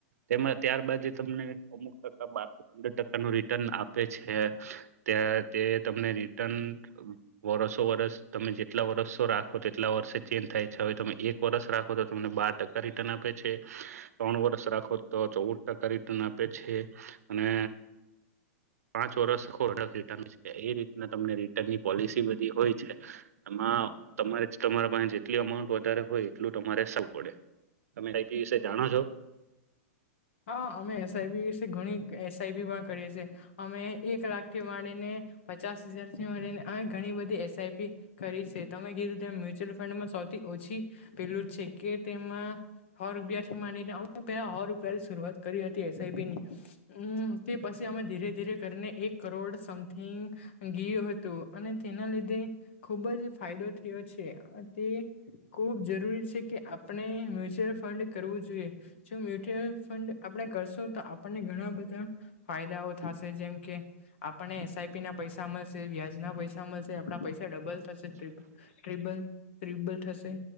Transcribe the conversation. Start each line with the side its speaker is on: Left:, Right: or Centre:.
Right: તેમાં ત્યારબાદ તમને અમુક ટકા પંદર ટકાનું રિટર્ન આપે છે ત્યાં તે તમને રિટન વ વર્ષો વર્ષ તમે જેટલા વર્ષો રાખો તેટલા વર્ષે ચેન્જ થાય છે હવે તમે એક વર્ષ રાખો તો તમને બાર ટકા રિટર્ન આપે છે ત્રણ વર્ષ રાખો તો ચૌદ ટકા રિટર્ન આપે છે. અને પાંચ વર્ષ રાખો એટલે રિટર્ન છે એ રીતના તમને રિટર્નની પોલિસી બધી હોય છે તમા હા તમારે જ તમારા પાસે જેટલી અમાઉન્ટ વધારે હોય એટલું તમારે સારું પડે તમે કઈપી <unintelligible> વિશે જાણો છો?
Left: હા અમે એસઆઈબી ઘણી એસઆઈબી પણ કરીએ છીએ અમે એક લાખ થી માડીને પચાસ હજારથી મળીને અને ઘણી બધી એસઆઈપી કરી છે તમે કીધું તેમ મ્યુચ્યુઅલ ફંડમાં સૌથી ઓછી પેલું છે કે તેમાં હો રૂપિયાથી માની ને આઉં રૂપિયા. હો રૂપિયાથી શરૂઆત કરી હતી એસ આઈ પી ની હમ્મ તે પછી અમે ધીરે ધીરે કરીને એક કરોડ સમથિંગ ગીયુ હતું અને તેના લીધે ખુબ જ ફાયદો થયો છે. અહ તે ખુબ જરૂરી છે કે આપણે મ્યુચ્યુઅલ ફંડ કરવું જોઈએ. જો ચ્યુઅલ ફંડ આપણે કરશું તો આપણને ઘણા બધા ફાયદાઓ થશે જેમ કે આપા આપણે એસ આઈ પી ના પૈસા મળશે વ્યાજના પૈસા મળશે આપણા પૈસા ડબલ થશે ટ્રીબ- ટ્રીબલ ત્રીબળ થશે